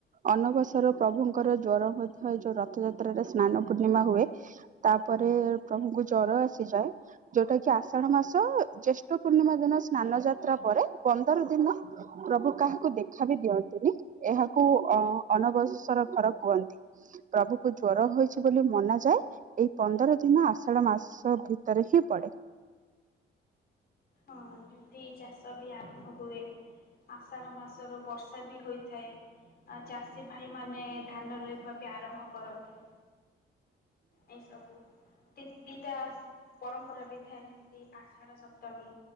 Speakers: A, on the right; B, on the left.
A: ଅନବସର ପ୍ରଭୁଙ୍କର ଜ୍ଵର ମଧ୍ୟ ଯୋଉ ରଥଯାତ୍ରାରେ ସ୍ନାନ ପୂର୍ଣ୍ଣିମା ହୁଏ। ତାପରେ ପ୍ରଭୁଙ୍କୁ ଜର ଆସିଯାଏ। ଯୋଉଟା କି ଆଷାଢ ମାସ ଜେଷ୍ଠ ପୂର୍ଣ୍ଣିମା ଦିନ ସେ ସ୍ନାନ ଯାତ୍ରା ପରେ ପନ୍ଦର ଦିନ ପ୍ରଭୁ କାହାକୁ ଦେଖା ବିି ଦିଅନ୍ତିନି ଏହାକୁ ଅ ଅନବଶର ଘର କୁହନ୍ତି ପ୍ରଭୁଙ୍କୁ ଜ୍ଵର ହୋଇଛି ବୋଲି ମନାଯାଏ। ଏଇ ପନ୍ଦର ଦିନ ଆଷାଢ ମାସ ଭିତରେ ହିଁ ପଡେ।
B: ହଁ ଯେମତି ଚାଷ ବି ଆରମ୍ଭ ହୁଏ। ଆଷାଢ଼ ମାସରୁ ବର୍ଷା ବି ହୋଇଥାଏ। ଆ, ଚାଷୀ ଭାଇମାନେ ଧାନ ରୋଇବା ବି ଆରମ୍ଭ କରନ୍ତି। ଏଇ ସବୁ, ତିକ୍ ଦିଟା ପରମ୍ପରା ବି ଥାଏ ଯେମିତି ଆଷାଢ ସପ ତମୀ,